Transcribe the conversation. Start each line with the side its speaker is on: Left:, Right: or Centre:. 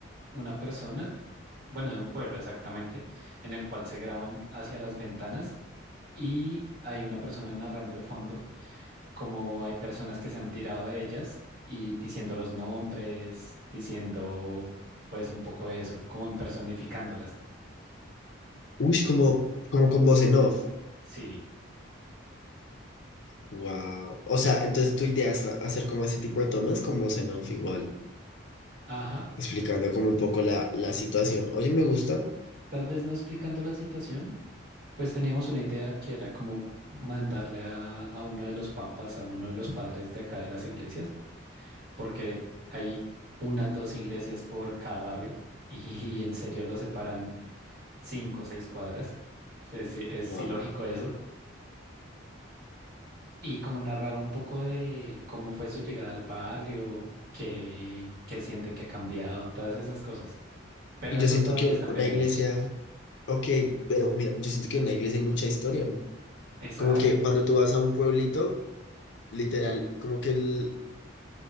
Right: una persona, bueno, de un pueblo exactamente, en el cual se graban hacia las ventanas y hay una persona narrando de fondo como hay personas que se han tirado de ellas y diciendo los nombres, diciendo pues un poco de eso, como impersonificándolas.
Left: Uy, como, como con voz en off.
Right: Sí,
Left: Wow. O sea, entonces tu idea es ha- hacer como ese tipo de tomas con voz en off igual.
Right: ajá,
Left: explicando como un poco la, la situación. Oye, me gusta.
Right: tal vez no explicando la situación, pues teníamos una idea que era como mandarle a, a uno de los papas, a uno de los padres de acá de las iglesias, porque hay unas dos iglesias por cada barrio y, <laughs> en serio lo separan cinco o seis cuadras. Es, es
Left: Wow.
Right: ilógico eso. y como narrar un poco de cómo fue su llegada al barrio, qué, qué siente que ha cambiado, todas esas cosas. Pero
Left: Y yo
Right: eso
Left: siento
Right: todavía
Left: que un-
Right: está en
Left: una
Right: veremos.
Left: iglesia, ok, pero mira, yo siento que en una iglesia hay mucha historia, ¿no?
Right: Exacto.
Left: Como que cuando tú vas a un pueblito, literal, como que el,